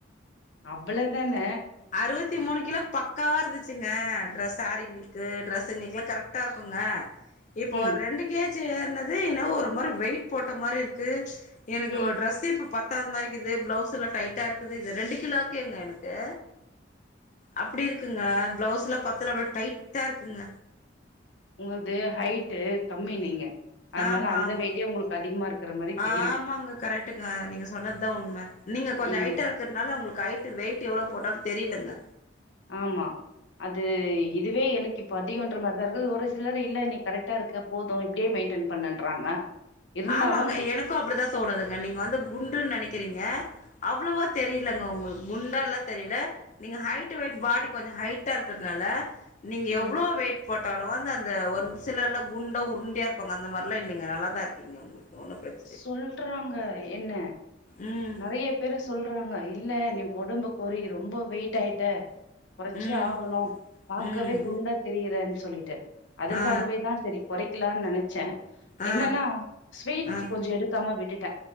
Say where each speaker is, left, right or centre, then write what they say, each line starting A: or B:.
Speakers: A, on the left (about 80°); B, on the left (about 40°).
A: அவ்வளதான
B: அறுவத்தி மூணு கிலோ பக்காவா இருந்துச்சுங்க டிரஸ் சாரிங்க ளுக்கு டிரரெஸ்ங்களுக்கு எல்லா கரெக்டா இருக்குங்க இப்ப
A: ம்
B: ஒரு ரெண்டு கேஜி ஏர்னது என்னவோ ஒரு மாரி வெயிட் போட்ட மாரி இருக்கு எனக்கு
A: ம்
B: ஒரு ட்ரெஸ்சே இப்ப பத்தாதது மாரிக்கிது ப்ளவுஸ் எல்லா டைட்டா இருக்குது இந்த ரெண்டு கிலோக்கேங்க எனக்கு அப்டி இருக்குங்க பிளவுஸ் எல்லா பாத்தல அப்டியே டைட்டா இருக்குங்க
A: உங்கள்து ஹைட் கம்மி நீங்க அதனால
B: ஆமா
A: அந்த
B: ஆமா
A: வெயிட்டே உங்களுக்கு அதிகமா இருக்கிற மாரி
B: ஆமாங்க
A: தெரியு
B: கரெக்டுங்க நீங்க சொன்னதுதா உண்ம நீங்க கொஞ்சோ
A: ம்
B: ஹைட்டா இருக்கறதுனால உங்களுக்கு ஹைட்டு வெயிட் எவ்ளோ போட்டாலு தெரியலங்க
A: ஆமா அது இதுவே எனக்கு இப்ப அதிகன்ற மாரிதா இருக்குது ஒரு சிலர் இல்ல நீ கரெக்டா இருக்க போது இப்டியே மெயின்டெயன் பண்ணுன்றாங்க இருந்தாலும்
B: ஆமாங்க எனக்கு அப்டிதா தோணுதுங்க நீங்க வந்து குண்டுன் நெனக்கிறீங்க அவ்ளவா தெரியலங்க ஒங்ளுக் குண்டால்லா தெரில நீங்க ஹைட்டு வெயிட் பாடி கொஞ்சோ ஹைட்டா இருக்றதுனால நீங்க
A: ம்
B: எவ்ளோ வெயிட் போட்டாலு வந்து அந்த ஒர் சிலர்லா குண்டா உருண்டயா இருப்பாங்க அந்த மார்லா இல்லங்கே நல்லா தா இருக்கீங்க உங்ளுக் ஒன்னு பிரச்
A: சொல்றாங்க என்ன
B: ம்.
A: நெறய பேரு சொல்றாங்க இல்ல நீ ஒடம்ப கொறி ரொம்ப வெயிட் ஆயிட்ட கொறச்சே
B: ம்.
A: ஆகணு பாக்கவே
B: ம்.
A: குண்டா தெரியுறன் சொல்லிட்டு அதுக்காகவே
B: ஆ.
A: தா செரி கொறைக்லான் நெனச்சே
B: ஆ.
A: என்னன்னா ஸ்வீட்
B: ஆ. ஆ.
A: ஸ் கொஞ்சோ எடுக்காமா விட்டுட்டே